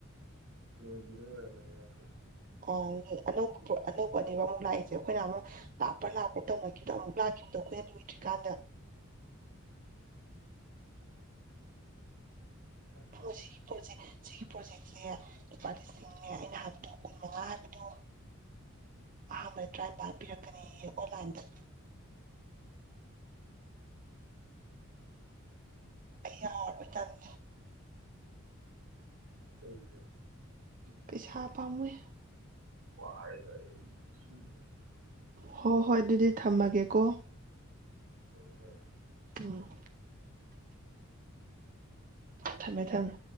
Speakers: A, on the right (about 70°); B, on the right (about 40°).
A: ꯂꯣꯏꯒꯤꯕ ꯑꯣꯏꯔꯃꯅꯤ ꯍꯥꯏꯗꯤ
B: ꯑꯧ ꯑꯅꯧꯕ ꯑꯅꯧꯕꯅꯦꯕ ꯑꯃꯨꯛ ꯂꯥꯛꯏꯁꯦ ꯑꯩꯈꯣꯏꯅ ꯑꯃꯨꯛ ꯂꯥꯞꯄ꯭ꯔꯥ ꯂꯥꯄꯦ ꯇꯧꯅꯈꯤꯕꯗ ꯑꯃꯨꯛ ꯂꯥꯛꯈꯤꯕꯗꯣ ꯑꯩꯈꯣꯏꯅ ꯂꯣꯏꯇ꯭ꯔꯤꯀꯥꯟꯗ
A: ꯑꯣꯀꯦ ꯑꯣꯀꯦ
B: ꯨꯁꯤꯒꯤ ꯄ꯭ꯔꯣꯖꯦꯛ ꯁꯤꯒꯤ ꯄ꯭ꯔꯣꯖꯦꯛꯁꯦ ꯂꯨꯄꯥ ꯂꯤꯁꯤꯡꯅꯦ ꯑꯩꯅ ꯍꯥꯏꯕꯗꯣ ꯀꯨꯟꯃꯉꯥ ꯍꯥꯏꯕꯗꯣ ꯑꯍꯥꯟꯕꯗ ꯇꯔꯥꯅꯤꯄꯥꯟ ꯄꯤꯔꯛꯀꯅꯤ ꯑꯣꯟꯂꯥꯏꯟꯗ ꯑꯩ ꯌꯥꯎꯔꯔꯤꯏ ꯇꯥꯂꯦ
A: ꯀꯩꯒꯤ
B: ꯄꯩꯁꯥ ꯄꯥꯝꯃꯨꯏ
A: <unintelligible>
B: ꯍꯣ ꯍꯣꯏ ꯑꯗꯨꯗꯤ ꯊꯝꯃꯒꯦꯀꯣ
A: ꯍꯣꯏ ꯍꯣꯏ
B: ꯑꯣ ꯊꯝꯃꯦ ꯊꯝꯃꯦ